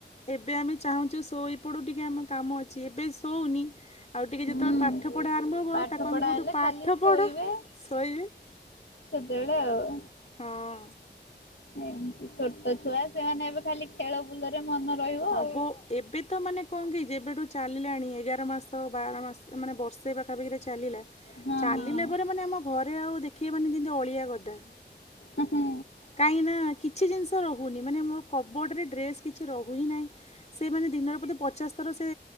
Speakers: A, on the left; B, on the left.
A: ଏବେ ଆମେ ଚାହୁଁଛୁ ଶୋଇପଡୁ ଟିକେ ଆମକୁ କାମ ଅଛି ଏବେ ଶୋଉନି। ଆଉ ଟିକେ
B: ହଁ
A: ଯେତେବେଳେ
B: ହୁଁ
A: ପାଠ ପଢା ଆରମ୍ଭ ହବ
B: ପାଠ
A: ତାକୁ
B: ପଢା
A: ଆମେ କହୁଥିଲୁ
B: ହେଲେ
A: ପାଠ
B: ଖାଲି ଶୋଇବେ
A: ପଢ ଶୋଇବେ।
B: ସେତେବେଳେ ଆଉ।
A: ହଁ।
B: ଏମିତି ଛୋଟ ଛୁଆ ସେମାନେ ଏବେ ଖାଲି ଖେଳ ବୁଲରେ ମନ। ରହିବ
A: ହଁ
B: ଆଉ।
A: ବୁ ଏବେ ତ ମାନେ କହ କି ଯେବେଠୁ ଚାଲିଲାଣି ଏଗାର ମାସ ବାର ମାସ ମାନେ ବର୍ଷେ ପାଖାପାଖିରେ ଚାଲିଲା।
B: ହଁ
A: ଚାଲିଲା
B: ହଁ
A: ପରେ ମାନେ ଆମ ଘରେ ଆଉ ଦେଖିବ ମାନେ ଯେମତି ଅଳିଆ ଗଦା।
B: ଉ ହୁଁ।
A: କାହିଁକି ନା କିଛି ଜିନିଷ ରହୁନି ମାନେ ମୋର କବୋଡ଼ରେ ଡ୍ରେସ୍ କିଛି ରହୁ ହି ନାହିଁ। ସେ ମାନେ ଦିନରେ ବୋଧେ ପଚାଶ ଥର ସେ